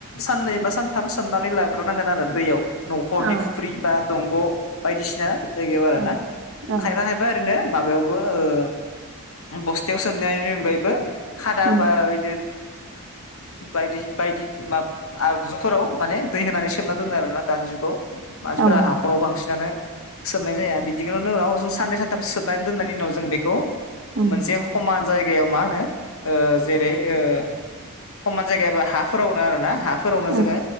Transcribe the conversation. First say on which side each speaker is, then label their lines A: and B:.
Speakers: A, on the left; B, on the right.
A: साननै बा सानथाम सोमनानै लाग्रोनांगोन आरो दैयाव न'खरनि
B: औ
A: फुख्रि बा दंग' बायदिसिना जायगायाव आरोना
B: औ औ
A: खायफा खायफा ओरैनो माबायावबो ओ बस्थायाव सोमनायनि अनगायैबो खादा
B: उम
A: बा बिदि
B: <inaudible>
A: बायदि बायदि आगजुफोराव माने दै होनानै सोमना दोनो आरो ना दानि जुगाव मानसिफोरा
B: औ
A: हाखराव बांसिनानो सोबनाय जाया बिदिखौ उनाव जों साननै सानथामसो सोबनानै दोननायनि उनाव जों बेखौ
B: उम
A: मोनसे समान जायगायाव मा होनो ओ जेरै ओ खमान जायगायाबा हाफोरावनो आरो ना हा फोरावनो
B: उम
A: जोङो